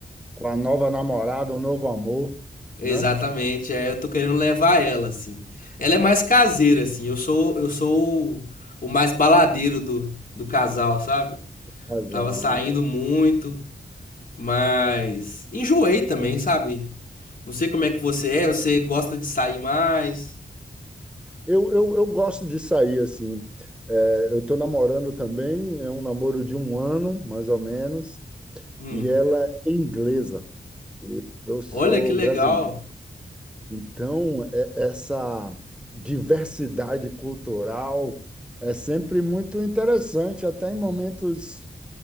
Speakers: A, in the centre; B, on the left.
A: com a nova namorada, o novo amor,
B: Exatamente,
A: né?
B: é, eu tô querendo levar ela assim. Ela é mais caseira assim. Eu sou eu sou o, o mais baladeiro do, do casal, sabe?
A: Casal.
B: Tava saindo
A: né?
B: muito, mas enjoei também, sabe? Não sei como é que você é, você gosta de sair mais.
A: Eu, eu, eu gosto de sair assim. É, eu estou namorando também, é um namoro de um ano, mais ou menos,
B: Hum,
A: e ela é inglesa. Eu sou
B: olha que legal.
A: brasileiro. Então, é- essa diversidade cultural é sempre muito interessante, até em momentos